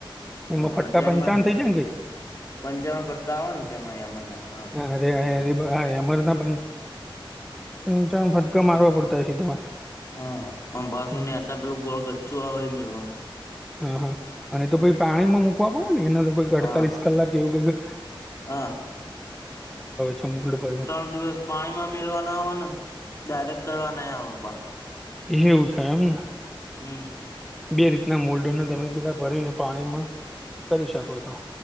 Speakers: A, on the left (about 35°); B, in the centre.
A: હા
B: એમાં ફટકા
A: તેમાં
B: પંચાવન થઈ જાય ને કંઈક
A: પંચાવન ફટકા આવે ને તેમાં અમના હા,
B: અરે અરે અમરના પંદ પચાવન ફટકા મારવા પડતા હશે તમારે,
A: હા આમ પાછું
B: હમ.
A: નેઅ પેલું ગોળ ગચ્ચું આવે એ મેળવાનું,
B: હા, હા અને તો પી પાણીમાં મુકવા પડે ને એને તો કંઈક અડતાલીસ
A: હા
B: કલાક એવું કંઈ,
A: હા,
B: છે મોલ્ડ ભરીને
A: ત્રણ દિવસ પાણીમાં મેલવાના આવવાનું, ડાયરેક્ટ કરવા નહી આવે પાહા,
B: એ એવું થાય એમને,
A: હું.
B: બે રીતના મોલ્ડન તમે પેલા ભરીને પાણીમાં કરી શકો છો,